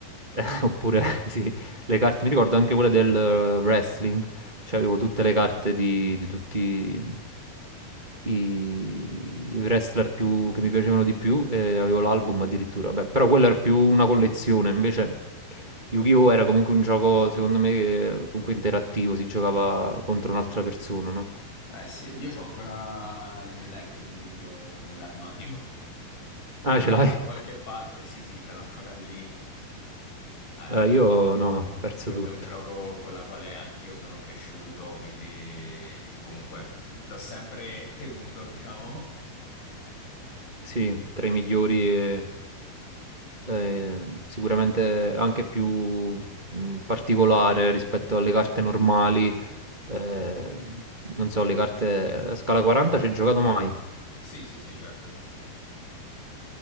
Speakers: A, on the right; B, on the left.
A: Eh, Oppure, <laughs> sì, le carte, mi ricordo anche quelle del eh, wrestling, cioè avevo tutte le carte di, di tutti i, i wrestler più, che mi piacevano di più e avevo l'album addirittura, Beh, però quella era più una collezione, invece Yu-Gi-Oh! era comunque un gioco, secondo me, che- comunque interattivo, si giocava contro un'altra persona, no?
B: Eh sì, io ho ancora il mio deck di Yu-Gi-Oh! nell'armadio, <laughs> buttato
A: Ah, ce l'hai?
B: da qualche
A: <laughs>
B: parte. Sì, sì, ce l'ho ancora lì. Eh,
A: Eh,
B: quello,
A: io no, ho perso
B: quello
A: tutto.
B: è un gioco con la quale anch'io sono cresciuto, quindi comunque l'ho sempre tenuto, diciamo.
A: Sì, tra i migliori e eh, sicuramente anche più mh, particolare rispetto alle carte normali. eh, non so, le carte a scala 40 ci hai giocato mai?
B: Sì, sì, sì, certo, certo.